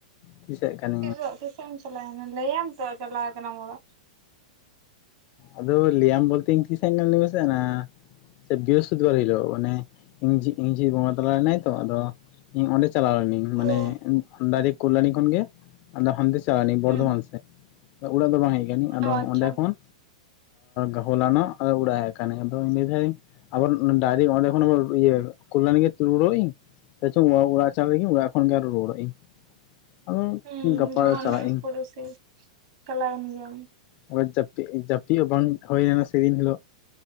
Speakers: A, on the left; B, on the right.
A: ᱛᱤᱥᱟᱹᱜ ᱠᱟᱱ? <unintelligible>
B: ᱛᱤᱥᱚᱜ ᱛᱤᱥᱮᱢ ᱪᱟᱞᱟᱣᱮᱱᱟ, ᱞᱟᱹᱭᱟᱢ ᱛᱚ ᱪᱟᱞᱟᱣ ᱟᱠᱟᱱᱟ ᱚᱲᱟᱜ?
A: ᱟᱫᱚ ᱞᱤᱭᱟᱢ ᱵᱚᱞᱛᱮ ᱤᱧ ᱛᱤᱥ ᱦᱮᱡ ᱞᱤᱧ ᱞᱟᱭ ᱢᱮ ᱥᱮ ᱦᱟᱸᱼᱼ ᱥᱮ ᱵᱤᱨᱚᱥᱯᱚᱛᱤ ᱵᱟᱨ ᱦᱤᱞᱳᱜ ᱚᱱᱮ ᱤᱧ ᱡᱷᱤ ᱤᱧ ᱡᱷᱤ ᱵᱚᱸᱜᱟ ᱛᱟᱞᱟ ᱮᱱᱟᱭ ᱛᱚ ᱟᱫᱚ? ᱤᱧ ᱚᱸᱰᱮ ᱪᱟᱞᱟᱣ ᱞᱮᱱᱟᱹᱧ ᱢᱟᱱᱮ
B: ᱚ
A: ᱰᱟᱭᱨᱮᱠ ᱠᱚᱞᱟᱱᱤ ᱠᱷᱚᱱ ᱜᱮᱼᱼ ᱟᱫᱚ ᱦᱟᱱᱛᱮ ᱪᱟᱞᱟᱣ ᱱᱤᱧ ᱵᱚᱨᱫᱷᱚᱢᱟᱱ
B: ᱦᱩᱸ
A: ᱥᱮᱜ ᱚᱲᱟᱜ ᱫᱚ ᱵᱟᱝ ᱦᱮᱜ ᱠᱟᱱᱟᱧ ᱟᱫᱚ
B: ᱚ ᱟᱪᱪᱷᱟ
A: ᱚᱸᱰᱮ ᱠᱷᱚᱱᱼᱼ ᱟ ᱦᱚᱞᱟᱱᱚᱜ ᱟᱫᱚ ᱚᱲᱟᱜ ᱟᱠᱟᱱᱤᱧ ᱟᱫᱚ ᱢᱤᱫᱷᱟᱹᱤᱧᱼᱼ ᱟᱵᱟᱨ ᱰᱟᱭᱨᱮ ᱚᱸᱰᱮ ᱠᱷᱚᱱ ᱤᱭᱟᱹ ᱠᱚᱞᱟᱱᱤ ᱜᱮ ᱛᱤᱜᱩ ᱨᱩᱣᱟᱲᱚᱜ ᱤᱧ? ᱛᱟᱪᱪᱷᱟ ᱚᱲᱟᱜ ᱪᱟᱞᱟᱜ ᱞᱤᱜᱤᱧ ᱚᱲᱟᱜ ᱠᱷᱚᱱ ᱜᱮ ᱨᱚᱣᱟᱲᱚᱜ ᱟᱧ ᱾ ᱦᱚ <unintelligible>
B: ᱦᱩᱸ
A: ᱜᱟᱯᱟ
B: ᱡᱚᱠᱷᱚᱱ
A: ᱪᱟᱞᱟᱜ
B: ᱤᱥᱠᱩᱞ
A: ᱤᱸᱧ
B: ᱨᱮᱥᱮ ᱪᱟᱞᱟᱣᱮᱱ ᱜᱮᱭᱟᱢ
A: ᱦᱩᱸ ᱡᱟᱹᱼᱼ ᱡᱟᱹᱯᱤᱜ ᱦᱚᱸ ᱵᱟᱝ ᱦᱚᱭ ᱞᱮᱱᱟ, ᱥᱮᱫᱤᱱ ᱦᱤᱞᱚᱜ